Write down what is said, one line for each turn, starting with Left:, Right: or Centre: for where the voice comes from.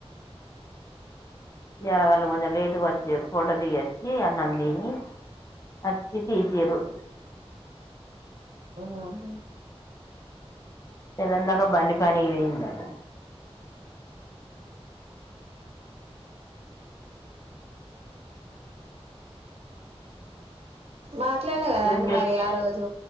Left: ఇయ్యాలా వాళ్ళు కొంచెం లేటుగొచ్చిర్రు ఫోటో దిగొచ్చి అన్నం తిని వచ్చి తీసిర్రు
Right: మ్ హ
Left: తెల్లందాక బండి పనికి పోయిందట
Right: మాట్లాడినా కదా
Left: ఏం
Right: అండి
Left: చేస్తా
Right: మరి ఆ రోజు